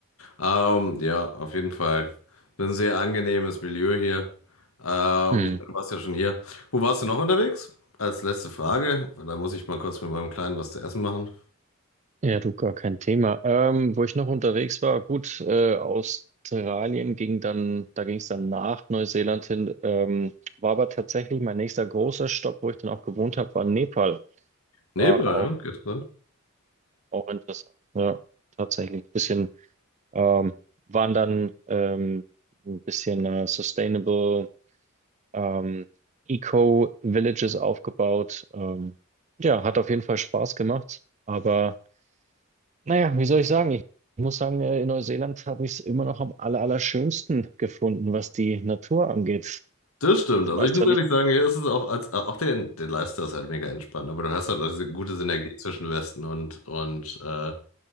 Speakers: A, on the left; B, on the right.
A: Ähm, ja, auf jeden Fall. Ein sehr angenehmes Milieu hier. Ähm,
B: Mhm.
A: ich meine, du warst ja schon hier. Wo warst du noch unterwegs? Als letzte Frage, weil da muss ich mal kurz mit meinem Kleinen was zu essen machen.
B: Ja, du, gar kein Thema. Ähm, wo ich noch unterwegs war, gut, äh, Australien ging dann, da ging es dann nach Neuseeland hin, ähm, war aber tatsächlich mein nächster großer Stopp, wo ich dann auch gewohnt habe, war Nepal.
A: Nebra,
B: War auch,
A: ja, geht
B: auch interessant. Ja, tatsächlich. Bisschen, ähm, waren dann ähm, ein bisschen äh, Sustainable ähm, Eco-Villages aufgebaut. Ähm, ja, hat auf jeden Fall Spaß gemacht, aber Naja, wie soll ich sagen? Ich ich muss sagen, äh, in Neuseeland habe ich es immer noch am aller, allerschönsten gefunden, was die Natur angeht.
A: Das stimmt.
B: Jetzt
A: Also
B: weiß
A: ich muss
B: zwar
A: ehrlich
B: nicht.
A: sagen, hier ist es auch als auch der, der Lifestyle ist halt mega entspannt, aber du hast halt auch diese gute Synergie zwischen Westen und und äh, sagen